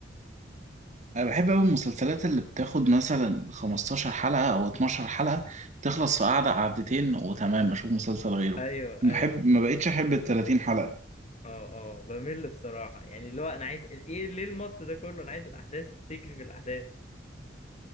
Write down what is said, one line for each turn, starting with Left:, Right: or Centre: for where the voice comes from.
Right: انا بحب قوي المسلسلات اللي بتاخد مثلا 15 حلقة او 12 حلقة تخلص في قعدة قعدتين وتمام اشوف مسلسل غيره
Left: ايوه
Right: بحب
Left: ايوه
Right: ما بقتش احب ال 30 حلقة
Left: اه اه بمل بصراحة يعني اللي هو انا عايز ايه ليه المط ده كله انا عايز الاحداث تجري في الاحداث